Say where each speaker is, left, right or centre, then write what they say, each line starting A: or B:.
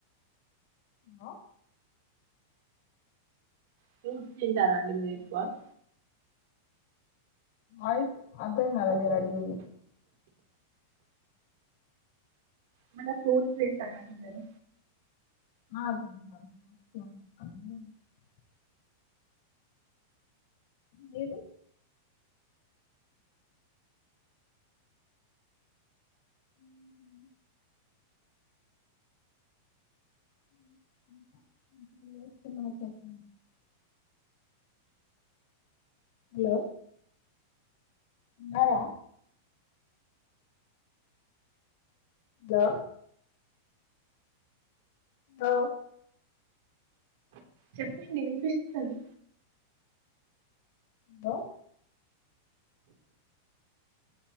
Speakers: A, on the left (about 60°); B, on the right (about 65°).
A: హ
B: ఫ్రూట్స్ తింటారా అండి <unintelligible>
A: అయి అర్థం కదా మీరు అడిగింది
B: ఏమన్నా ఫ్రూట్స్ తింటారా అండి మీరు
A: <unintelligible> మీరు ఉహు <unintelligible> హలో ఉన్నారా బా ఓ
B: చెప్పండి వినిపిస్తుది
A: బో